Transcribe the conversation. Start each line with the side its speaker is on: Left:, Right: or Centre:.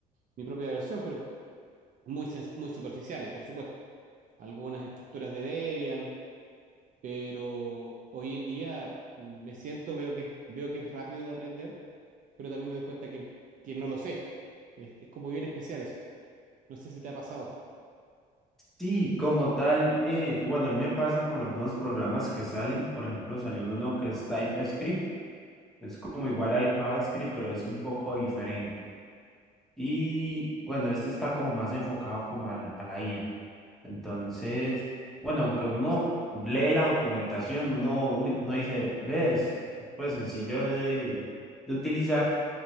Right: mi propia versión, pero muy, sen- muy superficiales, por supuesto. Algunas estructuras de Debian, pero hoy en día me siento, veo que, veo que es rápido de aprender, pero también me doy cuenta que, que no lo sé. Es, es como bien especial eso. No sé si te ha pasado.
Centre: Sí, como tal, eh, bueno, a mí me pasa con los nuevos programas que salen. Por ejemplo, salió uno nuevo que es TypeScript. Es como igual al JavaScript, pero es un poco diferente. Y bueno, este está como más enfocado como a la, a la IA. Entonces, bueno, aunque uno lee la documentación, uno, uy, uno dice, ves, pues sencillo de, de utilizar.